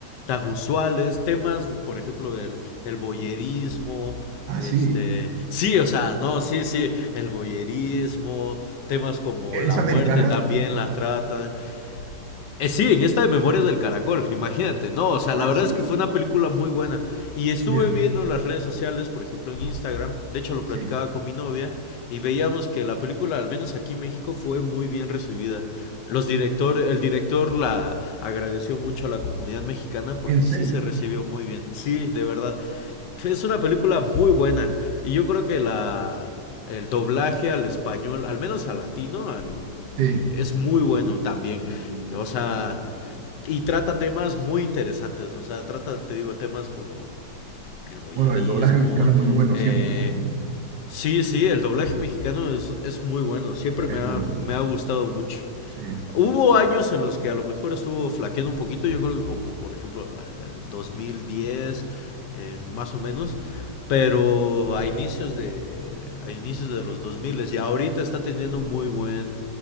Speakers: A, on the left; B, on the right.
A: tan usuales, temas, por ejemplo, el, el boyerismo,
B: Ah,
A: este,
B: sí,
A: sí, o sea, no, sí, sí, el boyerismo, temas como
B: ¿es
A: la
B: americana?
A: muerte también la tratan, eh, sí, en esta de Memorias del Caracol, imagínate. No, o sea,
B: Ah,
A: la verdad
B: sí,
A: es que fue una película muy buena. Y estuve
B: mira,
A: viendo en las redes sociales, por ejemplo en Instagram, de hecho lo
B: sí,
A: platicaba con mi novia, y veíamos que la película, al menos aquí en México, fue muy bien recibida. Los director, el director la agradeció mucho a la comunidad mexicana porque
B: en serio,
A: sí se recibió muy bien. Sí, de verdad. Es una película muy buena. Y yo creo que la el doblaje al español, al menos al latino, al,
B: sí.
A: eh, es muy bueno también. O sea, y trata temas muy interesantes. O sea, trata, te digo, temas como el boyerismo.
B: Bueno, el doblaje mexicano es muy bueno
A: Eh,
B: siempre, pues, ¿no?
A: sí, sí, el doblaje mexicano es, es muy bueno. Siempre
B: Es
A: me ha,
B: muy bueno,
A: me ha gustado mucho.
B: sí,
A: Hubo años en los que a lo mejor estuvo flaqueando un poquito, yo creo que como por ejemplo eh, 2010, eh, más o menos, pero a inicios de a inicios de los 2000 y ahorita está teniendo muy buen